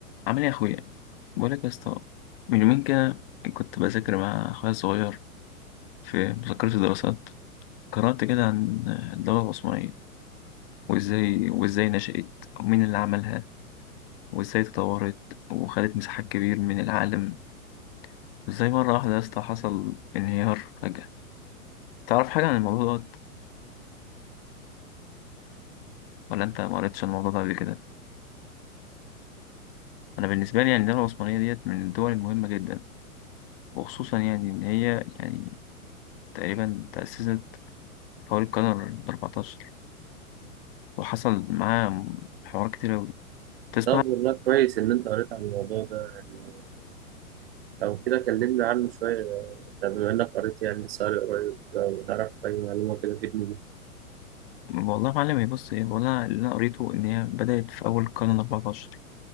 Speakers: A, on the left; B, on the right.
A: عامل ايه يا اخويا بقولك يا اسطى من يومين كده كنت بذاكر مع اخويا الصغير في مذكرة الدراسات قرأت كده عن الدولة العثمانية وازاي وازاي نشأت ومين اللي عملها وازاي تطورت وخدت مساحات كبير من العالم وازاي مرة واحدة يا اسطى حصل انهيار فجأة تعرف حاجة عن الموضوع ده ولا انت ما قريتش عن الموضوع ده قبل كده انا بالنسبة لي يعني الدولة العثمانية ديت من الدول المهمة جدا وخصوصا يعني ان هي يعني تقريبا تأسست حوالي القرن الأربعتاشر وحصل معاه حوارات كتير أوي تسمع
B: طب والله كويس إن أنت قريت عن الموضوع ده يعني لو كده كلمنا عنه شوية طب بما إنك قريت يعني ساري قريب لو تعرف أي معلومة كده تفيدني بيها
A: والله يا معلم هي بص ايه والله اللي انا قريته ان هي بدأت في اول القرن الأربعتاشر